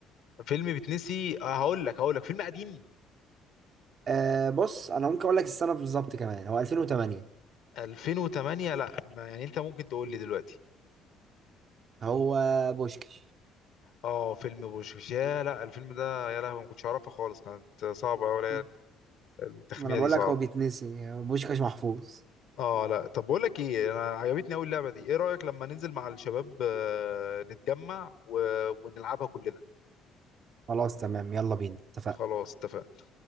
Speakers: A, on the left; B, on the right.
A: فيلم بتنسي آه هقول لك هقول لك فيلم قديم
B: آه بص انا ممكن اقول لك السنة بالظبط كمان هو 2008
A: 2008 لا ما يعني انت ممكن تقول لي دلوقتي
B: هو بوشكش
A: اه فيلم بوشكش يا لا الفيلم ده يا لهوي ما كنتش اعرفه خالص كانت صعبه قوي
B: ما
A: التخمينه
B: انا بقول
A: دي صعب
B: لك هو بيتنسي بوشكاش محفوظ
A: اه لا طب بقول لك ايه انا عجبتني قوي اللعبه دي ايه رايك لما ننزل مع الشباب آه، نتجمع و... ونلعبها كلنا
B: خلاص تمام يلا بينا اتفقنا
A: خلاص اتفقنا